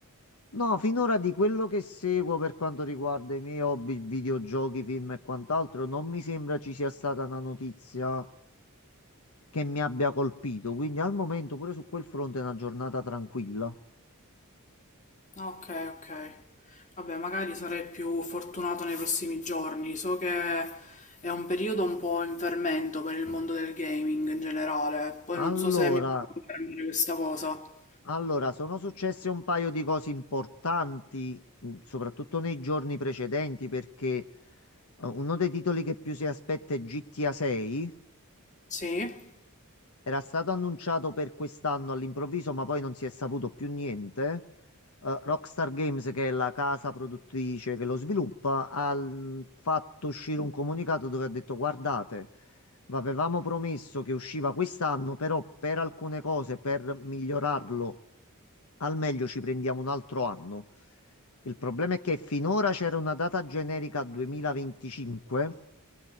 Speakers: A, on the left (about 75°); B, on the left (about 35°).
A: No, finora di quello che seguo per quanto riguarda i miei hobby, videogiochi, film e quant'altro, non mi sembra ci sia stata una notizia. che mi abbia colpito. Quindi al momento pure su quel fronte è una giornata tranquilla.
B: Ok, ok. Vabbè, magari sarei più fortunato nei prossimi giorni. So che è un periodo un po' in fermento per il mondo del gaming in generale. Poi
A: Allora,
B: non so se mi puoi confermare questa cosa.
A: allora, sono successe un paio di cose importanti, mh, soprattutto nei giorni precedenti, perché eh, uno dei titoli che più si aspetta è GTA 6.
B: Sì?
A: Era stato annunciato per quest'anno all'improvviso, ma poi non si è saputo più niente. Eh, Rockstar Games, che è la casa produttrice che lo sviluppa, ha mm, fatto uscire un comunicato dove ha detto: Guardate, vi avevamo promesso che usciva quest'anno, però per alcune cose, per migliorarlo al meglio, ci prendiamo un altro anno. Il problema è che finora c'era una data generica 2025